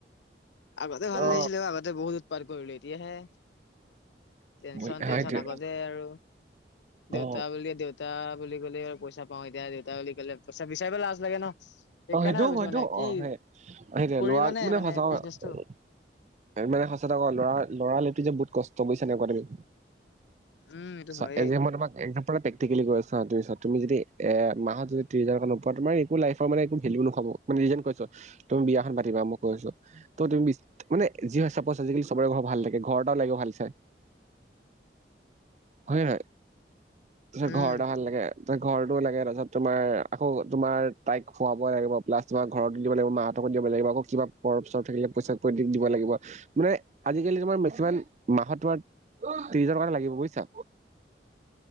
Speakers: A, on the left; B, on the right.
A: আগতে ভাল
B: অ
A: লাগিছিলে আগতে বহুত উৎপাৰ কৰিলো এতিয়াহে।
B: সেইটোৱে
A: টেনচন, টেনচন আগতে আৰু দেউতা
B: অ
A: বুলিয় দেউতা দেউতা বুলি কলে পইচা পাও এতিয়া দেউতা বুলি ক'লে পইচা বিচাৰিব লাজ লাগে ন। সেইকাৰণে
B: অ'সেইটো
A: ভাবিছো
B: হয়তটো
A: মানে কি
B: অ'সেই সেইটো
A: কৰিবানে
B: লৰা মানে সজাও
A: বিজনেচটো
B: উম, মানে ক খচা কথা লৰা যে বহুত কষ্ট চব গৈছে নিউ গুৱাহাটীলৈ,
A: উম এইটো
B: চা
A: হয়েই
B: এ জি এমৰ লগত এসম্প্লে প্ৰেক্টিকলী কৈ আছো ছা তু তুমি যদি এ মাহত যদি ত্ৰছ হাজাৰ নোপোৱা তোমাৰ একো লাইফৰ মানে হেল নাব মানে কৈছ তুমি বিয়াখন পাতিবা মই কৈ আছো। ত তুমি মানে যি হয় চাপজ আজিকালি চবৰে ঘৰৰ ভাল থাকে ঘৰটাও লাগে ভাল চাই। হয় নহয়। তাৰপিছত
A: উম
B: ঘৰ এটা ভাল লাগে তছত ঘৰটো লাগে তাৰপিছত তোমাৰ আকৌ তোমাৰ তাইক খুৱাব লাগিব প্লাছ তোমাৰ ঘৰতো দিব লাগ মাহঁতক দিব লাগিব আকৌ কিবা পৰফ চৰফ থাকিলে পইচা প দি দিব লাগিব। মানে আজিকালি তোমাৰ মেক্সিমাম মাহত তোমাৰ ত্ৰিশ হাজাৰ টকা লাগিব বুজিছা।